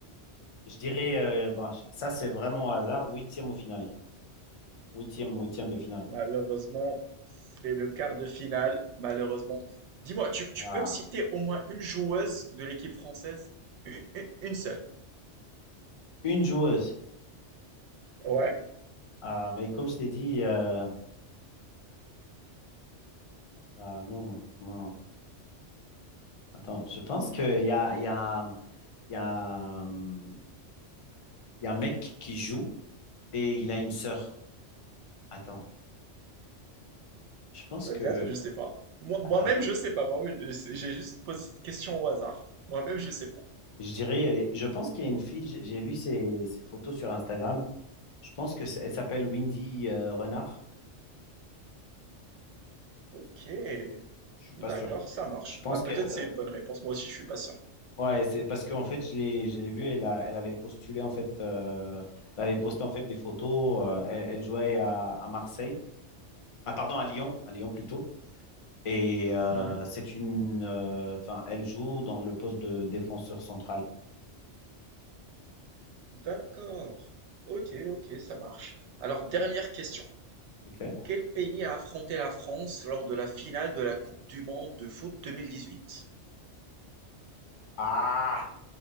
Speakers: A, on the left; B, on the right.
A: Je dirais, euh, bah, ça c'est vraiment au hasard, huitième au final. Huitième, huitième de finale.
B: Malheureusement, c'est le quart de finale, malheureusement. Dis-moi, tu, tu
A: Ah.
B: peux me citer au moins une joueuse de l'équipe française? Une, une- une seule.
A: Une joueuse.
B: Ouais.
A: Ah, mais comme je t'ai dit, euh, bah, non, non. Attends, je pense qu'il y a, il y a, il y a, hum, il y a un mec qui joue et il a une sœur. Attends, je pense
B: Peut-être,
A: que,
B: je sais pas. Moi, moi-même,
A: attends,
B: je sais pas. Moi, je- j'ai juste posé cette question au hasard. Moi-même, je sais pas.
A: je dirais, euh, je pense qu'il y a une fille, j'ai j'ai vu ses, ses photos sur Instagram. Je pense que c'est- elle s'appelle Windy euh, Renard.
B: Ok.
A: Je suis pas
B: D'accord,
A: sûr.
B: ça marche.
A: Je pense
B: Bah, peut-être
A: qu'elle,
B: c'est une bonne réponse. Moi aussi, je suis pas sûr.
A: Ouais, c'est parce qu'en fait, je l'ai, je l'ai vue, elle a, elle avait postulé, en fait, euh, elle avait posté, en fait, des photos, euh, elle, elle jouait à, à Marseille, ah, pardon, à Lyon, à Lyon plutôt, et euh,
B: Mhm.
A: c'est une, euh, enfin, elle joue dans le poste de défenseur central.
B: D'accord. Ok, ok, ça marche. Alors, dernière question.
A: Ok.
B: Quel pays a affronté la France lors de la finale de la Coupe du Monde de foot 2018?
A: Ah,